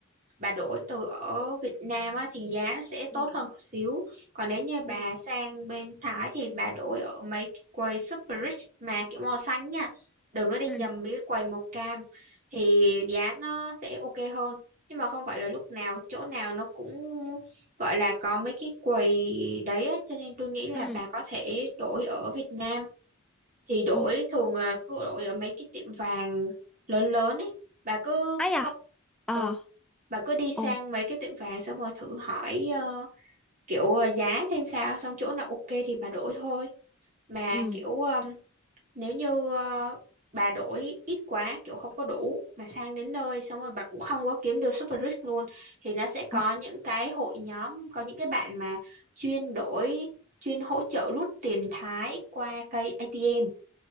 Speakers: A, on the right; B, in the centre.
A: bà đổi từ ở Việt Nam á, thì giá nó sẽ
B: ừ
A: tốt hơn một xíu. Còn nếu như bà
B: ừ
A: sang bên Thái thì bà đổi ở mấy cái quầy Super Rich mà kiểu màu xanh nha. Đừng có đi
B: ừ
A: nhầm mấy cái quầy màu cam thì giá nó sẽ ok hơn. Nhưng mà không phải là lúc nào chỗ nào nó cũng gọi là có mấy cái quầy đấy á, cho nên tôi nghĩ là
B: ừ
A: bà có thể đổi ở Việt Nam thì đổi
B: ồ
A: thường là cứ đổi ở mấy cái tiệm vàng lớn lớn ấy bà cứ
B: ai à
A: có
B: ờ
A: ừ bà cứ đi sang
B: ồ
A: mấy cái tiệm vàng xong rồi thử hỏi ờ, kiểu ờ, giá xem sao xong chỗ nào ok thì bà đổi thôi mà
B: ừ
A: kiểu ờm, nếu như ờ, bà đổi ít quá kiểu không có đủ mà sang đến nơi xong rồi bà cũng không có kiếm được super rich luôn thì nó sẽ có
B: Ờ,
A: những cái hội nhóm có những cái bạn mà chuyên đổi chuyên hỗ trợ rút tiền Thái qua cây ATM